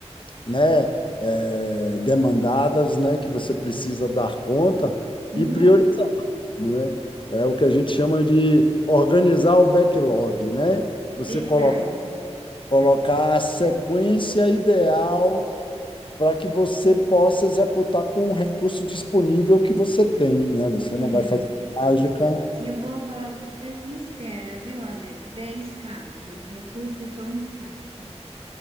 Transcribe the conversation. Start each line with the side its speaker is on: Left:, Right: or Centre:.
Left: né, eh, demandadas, né, que você precisa dar conta
Right: Uhum,
Left: e priorizar né? É É o que a gente chama de organizar o backlog, né? Você
Right: verdade.
Left: colo- colocar a sequência ideal para que você possa executar com o recurso disponível que você tem, né? Você
Right: É,
Left: não vai fazer mágica,
Right: que eu vou falar para ser sincera, viu, Alex? É escasso, os recursos são escassos.